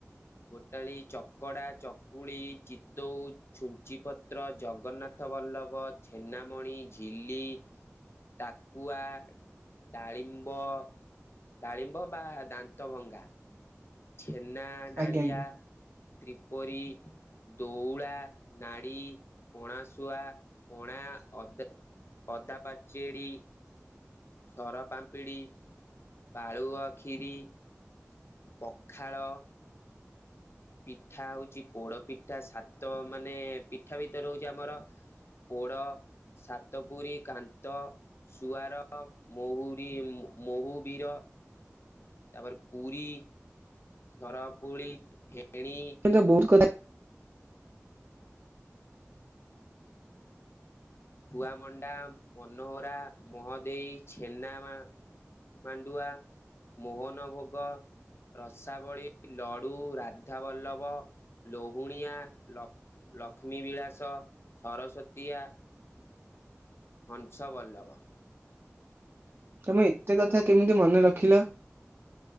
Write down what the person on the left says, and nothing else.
ଗୋଟାଳି, ଚକଡ଼ା, ଚକୁଳି, ଚିତଉ, ଛୁଞ୍ଚିପତ୍ର, ଜଗନ୍ନାଥ ରଥବଲ୍ଲଭ, ଛେନାମଣି, ଝିଲି ଡାକୁଆ, ଡାଳିମ୍ବ ଗାଳିମ୍ବ ବା ଦାନ୍ତ ଭଙ୍ଗା ଛେନା ଡାଳିଆ,
ତ୍ରିପରି, ଦଉଳା ନାଡ଼ି ପଣା ଶୁଆ, ପଣା, ଅଦା, ଅଦା ପାଚେଡ଼ି ସରା ପାମ୍ପିଡି ପାଳୁଆ କ୍ଷୀରି, ପଖାଳ ପିଠା ହଉଛି ପୋଡ ପିଠା, ସାତ ମାନେ ପିଠା ଭିତରେ ହଉଛି ଆମର ପୋଡ଼ ସାତ ପୁରୀ, କାନ୍ତ, ସୁୁଆର, ମହୁରି, ମହୁବୀର
ତାପରେ ପୁରୀ ସରାପୁରୀ କେ ତେଣି
ଖୁଆମଣ୍ଡା ମନୋହରା ମ ମାଣ୍ଡୁଆ ମୋହନ ଭୋଗ ରସାବଳୀ ଲଡୁ ରାଧ ବଲ୍ଲଭ ଲୋହୁଣିଆ ଲକ୍ ଲକ୍ଷ୍ମୀ ବିଳାସ ସରସ୍ଵତୀଆ ହଂସାଭଲଭ